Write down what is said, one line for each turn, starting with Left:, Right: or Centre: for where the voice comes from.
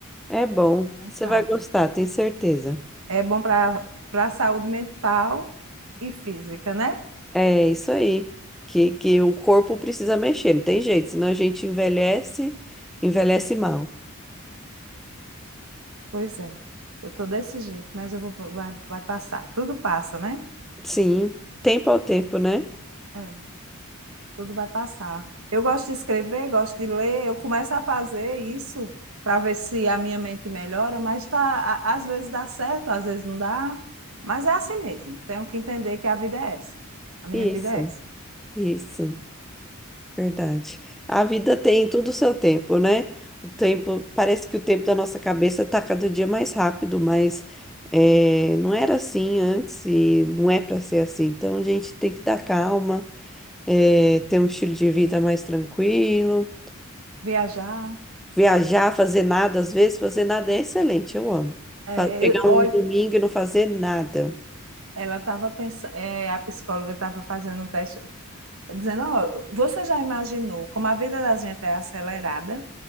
Centre: é bom,
Right: Vou entrar.
Centre: você vai gostar, tenho certeza.
Right: É bom para para a saúde mental e física, né?
Centre: É isso aí, que, que o corpo precisa mexer, não tem jeito, senão a gente envelhece, envelhece mal.
Right: Pois é. Eu tô desse jeito, mas eu vou vai, vai passar. Tudo passa, né?
Centre: Sim, tempo ao tempo, né?
Right: É, tudo vai passar. Eu gosto de escrever, gosto de ler, eu começo a fazer isso para ver se a minha mente melhora, mas tá, a- às vezes dá certo, às vezes não dá, mas é assim mesmo. Tenho que entender que a vida é essa. A minha
Centre: Isso,
Right: vida é essa.
Centre: isso, verdade. A vida tem tudo o seu tempo, né? O tempo, parece que o tempo da nossa cabeça tá cada dia mais rápido, mas é, não era assim antes e não é para ser assim. Então a gente tem que dar calma, é, ter um estilo de vida mais tranquilo.
Right: Viajar,
Centre: Viajar, fazer nada, às vezes fazer nada é excelente, eu amo.
Right: é,
Centre: Fa- Pegar
Right: eu, olha,
Centre: um domingo e não fazer nada.
Right: ela estava pensando, a psicóloga estava fazendo um teste dizendo, ó, você já imaginou como a vida da gente é acelerada?